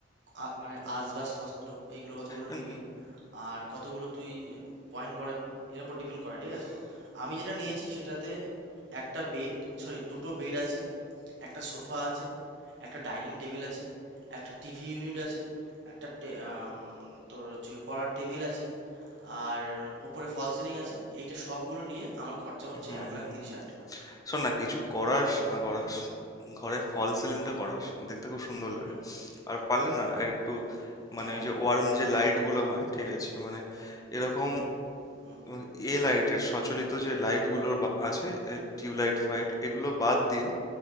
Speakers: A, on the right (about 65°); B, on the left (about 20°).
A: আ- মানে আসবাবপত্র এইগুলো কতগুলো
B: হুম
A: নিবি আর কতগুলো তুই পয়েন্ট করাবি এর উপর ডিপেন্ড করে ঠিক আছে আমি যেটা নিয়েছি সেটাতে একটা বেড সরি দুটো বেড আছে একটা সোফা আছে একটা ডাইনিং টেবিল আছে একটা টিভি ইউনিট আছে একটা টে- আম, তোর হচ্ছে গিয়ে পড়ার টেবিল আছে আর ওপরে ফল সিলিং আছে এইটা সবগুলো নিয়ে আমার খরচা পড়ছে
B: হুম
A: এক লাখ
B: হুম
A: তিরিশ
B: হুম।
A: হাজার টাকা
B: শোন না কিছু করাস না করাস ঘরে ফল সিলিংটা করাস দেখতে খুব সুন্দর লাগে
A: হুম
B: আর পারলে না আর একটু মানে
A: হ্যাঁ
B: ওই যে
A: ভাই
B: ওয়ার্ম
A: একদম
B: যে
A: একদম
B: লাইট গুলো হয় ঠিক আছে মানে এরকম
A: হুম
B: এবং এ লাইটের সচলিত যে লাইটগুলো আছে টিউবলাইট ফাইট এগুলো বাদ দিয়ে